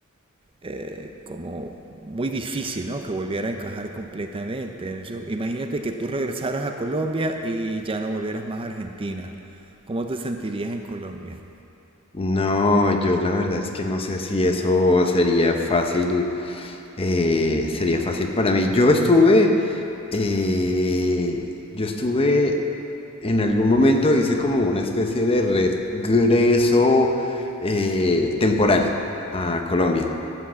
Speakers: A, on the right (about 25°); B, on the left (about 25°).
A: eh, como muy difícil, ¿no? Que volviera a encajar completamente. Yo- imagínate que tú regresaras a Colombia y ya no volvieras más a Argentina. ¿Cómo te sentirías en Colombia?
B: No, yo la verdad es que no sé si eso sería fácil, eh, sería fácil para mí. Yo estuve, eh, yo estuve en algún momento hice como una especie de regreso eh, temporal a Colombia